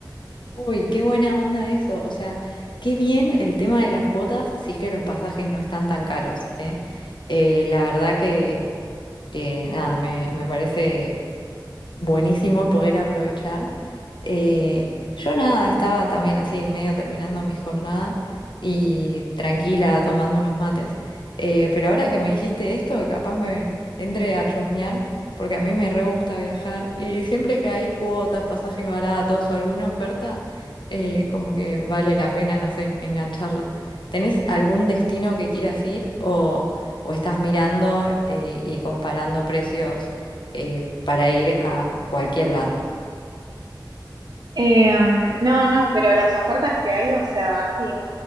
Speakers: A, on the left; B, on the right.
A: Uy, qué buena onda eso. O sea, qué bien el tema de las cuotas, si es que los pasajes no están tan caros, ¿eh? Eh, la verdad que, que nada, me, me parece buenísimo poder aprovechar. Eh, yo nada, estaba también así, medio terminando mi jornada y tranquila, tomando unos mates. Eh, pero ahora que me dijiste esto, capaz me entre a chusmear, porque a mí me re gusta viajar y siempre que hay cuotas, pasajes baratos o alguna oferta, eh, como que vale la pena, no sé, en- engancharla. ¿Tenés algún destino que quieras ir o, o estás mirando eh, y comparando precios? eh, para ir a cualquier lado.
B: Em, no, no, pero las ofertas que hay, o sea, y